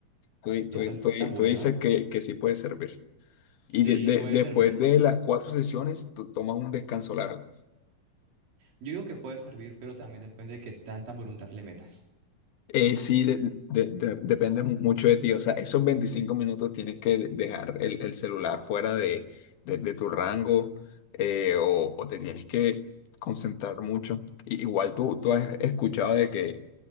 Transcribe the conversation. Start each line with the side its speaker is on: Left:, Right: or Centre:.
Left: Tú, di- tú
Right: esa
Left: di-
Right: está
Left: tú di-
Right: buena.
Left: tú dices que, que sí puede servir. Y
Right: Sí,
Left: de- de-
Right: puede
Left: después
Right: servir.
Left: de las cuatro sesiones, tú tomas un descanso largo.
Right: Yo digo que puede servir, pero también depende de qué tanta voluntad le metas.
Left: Eh, sí, de- de- de- depende mu- mucho de ti. O sea, esos 25 minutos tienes que de- dejar el, el celular fuera de, de- de tu rango eh, o, o te tienes que concentrar mucho. I- igual tú, tú has escuchado de que,